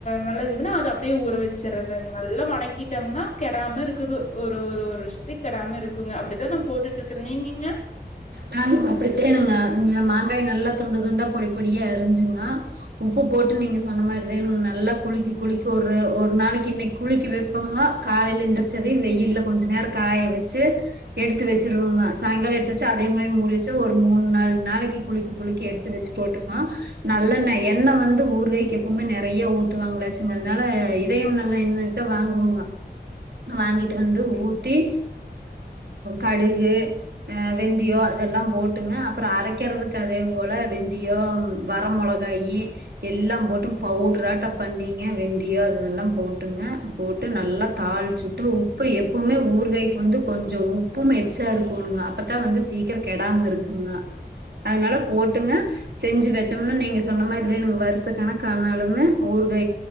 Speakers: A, on the left; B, on the right.
A: நல்ல பண்ண அப்படியே ஊற வச்ச வச்சிறத நல்லா வணக்கிட்டோம்னா கெடாம இருக்குது ஒரு ஒரு ஒரு வருஷத்துக்கு கிடாம இருக்குங்க அப்படிதான் நான் போட்டுட்டு இருக்கறேன் நீங்கங்க
B: நாங்க அப்படித்தணுங்க நீங்க மாங்காய் நல்லா துண்டு துண்டா பொடி பொடியே அரிஞ்சுங்க உப்பு போட்டு நீங்க சொன்ன மாரி தேணுங்க நல்லா குளிக்க குளிக்க ஒரு ஒரு நாளைக்கு இன்னைக்கு குளிக்க வைப்போங்க காலையில எழுந்திரிச்சதையும் வெயில்ல கொஞ்சம் நேரம் காய வச்சு எடுத்து வச்சிருவோங்க சாயங்காலம் எடுத்துவச்சு அதே மாரி முடிச்சு ஒரு மூணு நாலு நாளைக்கு குளிக்கி குளிக்கி எடுத்து வச்சு போட்டுருக்கோம் நல்லெண்ண எண்ணெய் வந்து ஊரு காய்க்கு எப்பவுமே நிறைய ஊத்துவாங்களாச்சுங்கனால இதயம் நல்லண்ணய வாங்குவோங்க வாங்கிட்டு வந்து ஊத்தி கடுகு வெந்தியோ அதெல்லாம் போட்டுங்க அப்புறம் அரைக்கிறதுக்கு அதே போல வெந்தியோ வர மிளகாய் எல்லாம் போட்டு பவுட்ராட்டா பண்ணிங்க வெந்தியோ அதெல்லாம் போட்டுங்க போட்டு நல்லா தாளிச்சுட்டு உப்பு எப்பவுமே ஊரு காய்க்கு வந்து கொஞ்சம் உப்பும் எச்சா இருக்கும்ங்க அப்ப வந்து சீக்கிரம் கெடாம இருக்குங்க அதனால போட்டுங்க செஞ்சு வச்சோம்னா நீங்க சொன்ன மாரி வருஷ கணக்கானாலுமே ஊறு